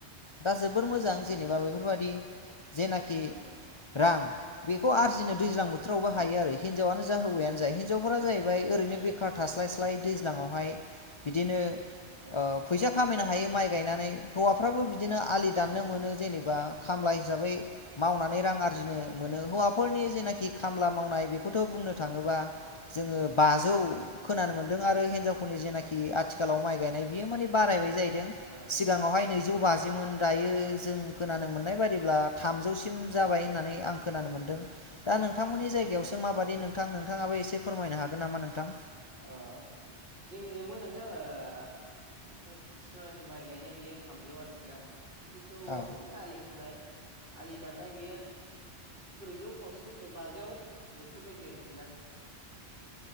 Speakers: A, on the left; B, on the right.
A: दा जो बोर मोजां जेनेबा
B: औ
A: बेफोरबादि। जेनाखि
B: उम
A: रां बेखौ आरजिनो दैज्लां बोथोरावबो
B: उम
A: हायो आरो हिनजावानो जा हौवायानो। जाय हिनजावफोरा
B: औ
A: जाहैबाय ओरैनो
B: हायो
A: बेखार थास्लाय स्लाय दैज्लाङाव हाय बिदिनो।
B: औ
A: ओ फैसा खामायनो हायो माइ गायनानै हौवाफ्राबो बिदिनो आलि दाननो
B: औ
A: मोनो जेनेबा। खामला हिसाबै मावनानै रां आरजिनो मोनो
B: उम
A: हौवाफोरनि
B: उम
A: जेनाखि
B: उम
A: खामला मावनाय बेखौथ बुंनो थाङोबा जोङो बाजौ
B: औ
A: खोनानो मोन आरो हिनजावफोरनि जेनाखि आथिखालाव माइ गायनाय बियो माने बारायबाय जाय
B: औ
A: सिगाङाव हाय नैजौ बाजिमोन दायो जों खोनानो मोननाय बादिब्ला थामजौसिम जाबाय होननानै आं खोनानो मोनदों।
B: उम
A: दा नोंथांमोननि जायगायावसो
B: औ
A: माबादि नोंथां नोंथाङाबो एसे फोरमायनो हागोन नामा नोंथां।
B: ओ जोंनि जोंबो नोंथां ओ। जिथुनाखि माइ गायनाय बेयो थामजौ आरोखि ना। जिथु हौवाफोरनि
A: औ
B: आलि खोनाय आलि दाननाय बेयो ब्रैजौ खावसेनिफ्राय बाजौ बेफोर बायदि आरोखि ना।